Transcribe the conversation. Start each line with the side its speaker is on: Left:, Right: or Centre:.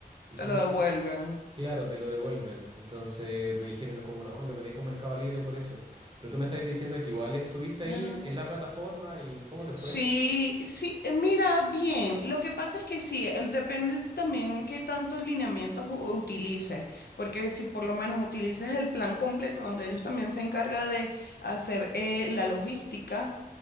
Right: ¿Y
Left: Te
Right: cómo
Left: lo devuelven.
Right: así? Claro, te lo devuelven. Entonces me dijeron como, no, no te metías con Mercado Libre por eso. Pero tú me estás diciendo que igual estuviste ahí
Left: mira.
Right: en, en la plataforma y ¿cómo te fue?
Left: Sí, sí, eh, mira, bien. Lo que pasa es que sí, el- depende también qué tantos lineamientos u- utilices, porque si por lo menos utilizas el plan completo, donde ellos también se encargan de hacer eh, la logística,